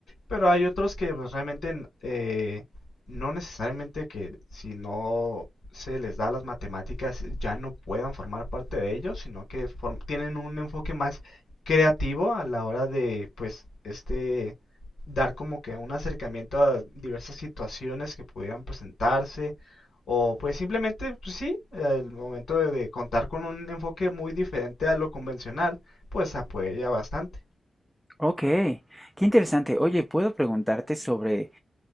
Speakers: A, on the left; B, in the centre.
A: Pero hay otros que pues, realmente n- eh, no necesariamente que si no se les da las matemáticas ya no puedan formar parte de ellos, sino que form- tienen un enfoque más creativo a la hora de pues este dar como que un acercamiento a diversas situaciones que pudieran presentarse o pues simplemente pues, sí, el momento de, de contar con un enfoque muy diferente a lo convencional, pues apoya bastante.
B: Ok, qué interesante. Oye, ¿puedo preguntarte sobre